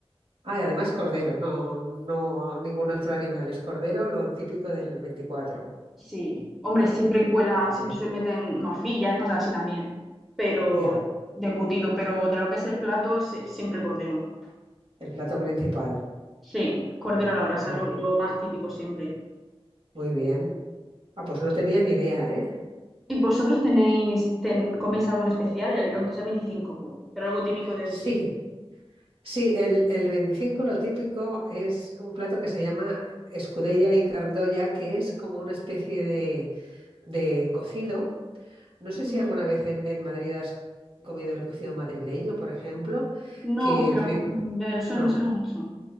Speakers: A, on the right; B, in the centre.
A: Ah, y además cordero, no, no ningún otro animal, es cordero, lo típico del veinticuatro
B: Sí, hombre, siempre cuela,
A: Fíjate,
B: siempre se meten morcillas, cosas así también, pero
A: ya,
B: de embutido, pero de lo que es el plato, sí, siempre cordero.
A: el plato principal.
B: Sí, cordero a la brasa,
A: Ah, muy
B: lo,
A: bien,
B: lo más típico siempre.
A: muy bien. Ah, pues no tenía ni idea, ¿eh?
B: ¿Y vosotros tenéis, ten- coméis algo en especial, el- aunque sea el veinticinco, Pero algo típico de
A: Sí,
B: Sevilla.
A: sí, el, el 25 lo típico es un plato que se llama escudella y cardoya, que es como una especie de de cocido No sé
B: Ujú.
A: si alguna vez en, en Madrid has comido el cocido madrileño, por ejemplo,
B: No,
A: que
B: pero
A: pero,
B: mm, me suena,
A: no,
B: me suena mucho.